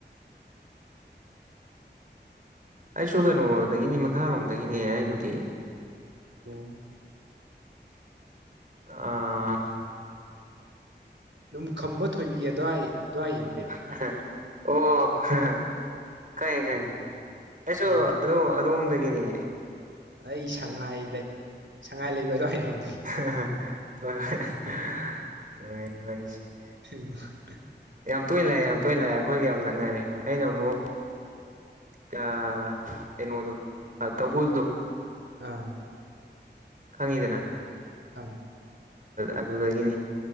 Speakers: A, on the right; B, on the right.
A: ꯑꯩꯁꯨ ꯀꯩꯅꯣꯗꯒꯤꯅꯤ ꯃꯈꯥꯔꯣꯝꯗꯒꯤꯅꯦ ꯑꯩꯕꯨꯗꯤ
B: ꯑꯣ
A: ꯑꯥ
B: ꯑꯗꯨꯝ ꯈꯝꯕ ꯊꯣꯏꯕꯤ ꯑꯗꯨꯋꯥꯏ ꯑꯗꯨꯋꯥꯏꯗꯩꯩꯔꯣ
A: <unintelligible> ꯑꯩꯁꯨ
B: ꯑꯣ
A: ꯑꯗꯨ ꯑꯗꯣꯝꯗꯒꯤꯅꯤ
B: ꯑꯩ ꯁꯉꯥꯏ ꯂꯩ ꯁꯉꯥꯏ ꯂꯩꯕ ꯑꯗꯨꯋꯥꯏꯔꯣꯝꯗ
A: <unintelligible>
B: <unintelligible>
A: ꯌꯥꯝ ꯇꯣꯏꯅ ꯂꯥꯛꯑꯦ ꯌꯥꯝ ꯇꯣꯏꯅ ꯂꯥꯛꯑꯦ ꯑꯩꯈꯣꯏꯒ ꯌꯥꯝ ꯅꯛꯅꯔꯦ ꯑꯩꯅ ꯑꯃꯨꯛ ꯀꯩꯅꯣꯗꯣ ꯇꯧꯕꯜꯗꯣ
B: ꯑꯥ
A: ꯈꯪꯉꯤꯗꯅ
B: ꯍ
A: ꯑꯗꯨꯗꯒꯤꯅꯤ